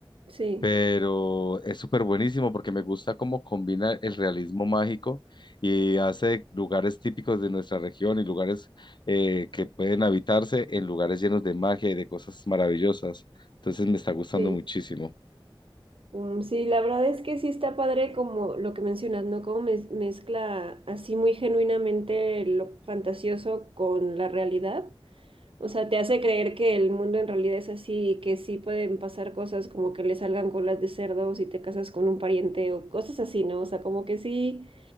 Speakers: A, on the right (about 75°); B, on the left (about 55°).
A: Sí,
B: pero es súper buenísimo porque me gusta cómo combina el realismo mágico y hace lugares típicos de nuestra región y lugares eh, que pueden habitarse en lugares llenos de magia y de cosas maravillosas. Entonces me está gustando
A: sí.
B: muchísimo.
A: Mm, sí, la verdad es que sí está padre como lo que mencionas, ¿no? Como mez- mezcla así muy genuinamente lo fantasioso con la realidad. O sea, te hace creer que el mundo en realidad es así y que sí pueden pasar cosas como que le salgan colas de cerdo si te casas con un pariente o cosas así, ¿no? O sea, como que sí,